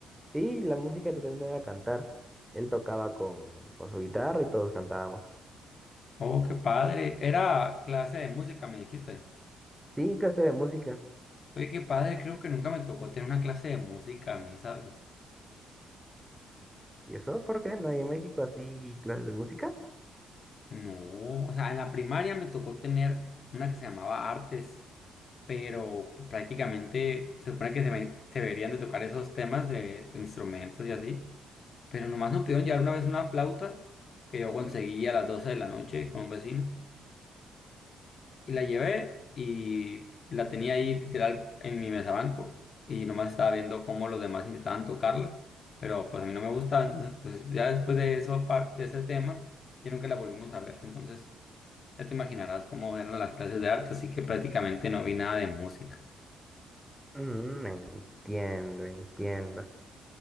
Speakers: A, in the centre; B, on the left.
A: sí, la música literalmente era cantar. Él tocaba con, con su guitarra y todos cantábamos.
B: Oh, qué padre. Era clase de música, me dijiste.
A: Sí, clase de música.
B: Oye, qué padre, creo que nunca me tocó tener una clase de música a mí, ¿sabes?
A: ¿Y eso por qué no hay en México así clases de música?
B: No, o sea, en la primaria me tocó tener una que se llamaba artes. pero pues, prácticamente se supone que se, me- se deberían de tocar esos temas de, de instrumentos y así, pero nomás nos pidieron llevar una vez una flauta que yo conseguí a las 12 de la noche con un vecino y la llevé y la tenía ahí literal en mi mesa banco y nomás estaba viendo cómo los demás intentaban tocarla, pero pues a mí no me gustaba, entonces pues ya después de eso, par- de ese tema, ya nunca la volvimos a ver, entonces... Ya te imaginarás cómo eran las clases de arte, así que prácticamente no vi nada de música.
A: Mm, entiendo, entiendo.